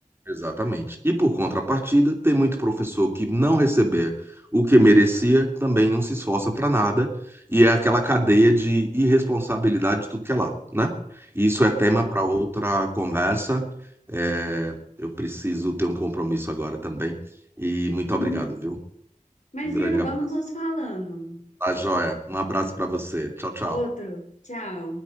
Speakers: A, on the right; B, on the left.
A: Exatamente. E por contrapartida, tem muito professor que não receber o que merecia, também não se esforça para nada, e é aquela cadeia de irresponsabilidade de tudo que é lado, né? Isso é
B: É.
A: tema para outra conversa. É, eu preciso ter um compromisso agora também. E muito
B: Uhum.
A: obrigado, viu?
B: Imagina,
A: Um grande abraço.
B: vamos nos falando.
A: Tá, joia. Um abraço para você. Tchau, tchau.
B: Outro, tchau.